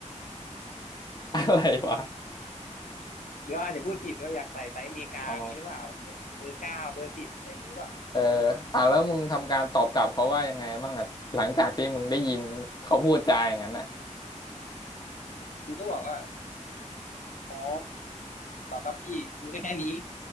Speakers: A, on the left; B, on the left.
A: อะไรวะ
B: หรือว่าอาจจะพูดผิดว่าอยากใส่ไซส์อเมริกาอย่างนี้หรือเปล่าแบบเป็นเบอร์เก้าเบอร์สิบอะไรอย่างนี้หรือเปล่า
A: อ๋อ เอออ่ะแล้วมึงทำการตอบกลับเขาว่ายังไงบ้างอ่ะหลังจากที่มึงได้ยินเขาพูดจาอย่างนั้นน่ะ
B: กูก็บอกว่าอ๋อต่อครับพี่กูแค่นี้